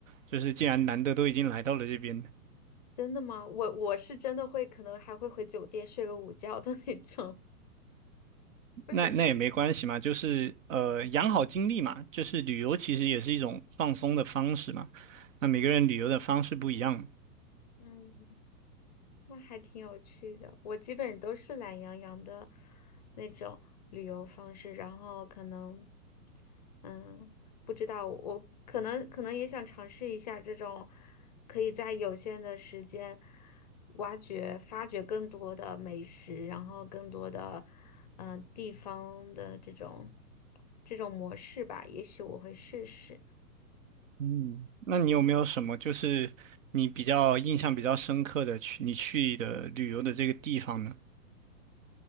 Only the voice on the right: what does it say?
就是既然难得都已经来到了这边，
那那也没关系嘛，就是呃养好精力嘛，就是旅游其实也是一种放松的方式嘛。那每个人旅游的方式不一样，
嗯。那你有没有什么就是你比较印象比较深刻的去你去的旅游的这个地方呢？